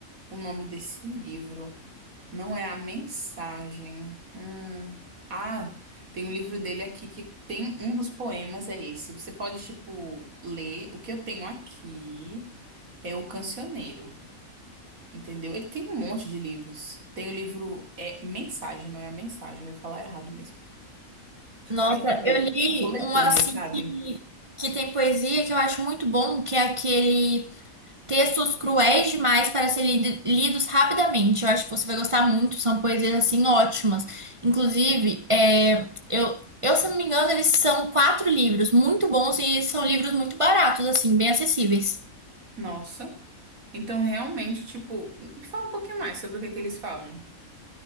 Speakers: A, on the right; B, on the right.
A: o nome desse livro. Não é a mensagem. Hum. Ah, tem um livro dele aqui que tem um dos poemas, é esse. Você pode, tipo, ler. O que eu tenho aqui é o Cancioneiro, entendeu? Ele tem um monte de livros. Tem o livro é Mensagem, não é a mensagem, eu ia falar errado mesmo.
B: Nossa,
A: Mas, tipo,
B: eu li
A: coletânea,
B: um assim
A: sabe?
B: que, que tem poesia que eu acho muito bom, que é aquele textos cruéis demais para serem lido- lidos rapidamente. Eu acho que você vai gostar muito, são poesias assim ótimas. Inclusive, é, eu, eu, se não me engano, eles são quatro livros muito bons e são livros muito baratos, assim, bem acessíveis.
A: Nossa. Então, realmente, tipo, me fala um pouquinho mais sobre o que é que eles falam.